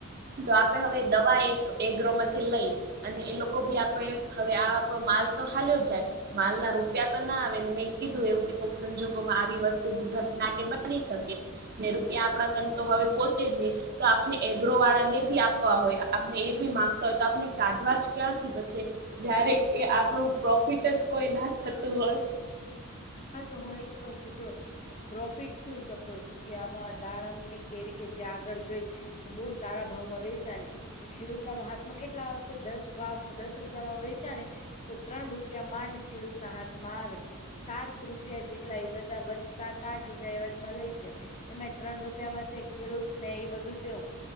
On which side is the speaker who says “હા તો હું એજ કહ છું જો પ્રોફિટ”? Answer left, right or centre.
Left